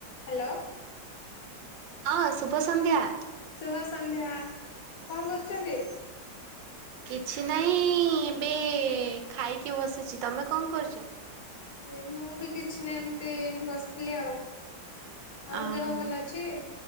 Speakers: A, on the left; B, on the right.
A: Hello.
B: ହଁ ଶୁଭ ସନ୍ଧ୍ୟା।
A: ଶୁଭ ସନ୍ଧ୍ୟା କଣ କରୁଛନ୍ତି?
B: କିଛି ନାହିଁ ଏବେ ଖାଇକି ବସିଛି ତମେ କଣ କରୁଚ?
A: ଅ ମୁଁ ବି କିଛି ନାହିଁ ଏମିତି ବସିଥିଲି ଆଉ। ଆଉ
B: ଅହୋ
A: ଦେହ ଭଲ ଅଛି?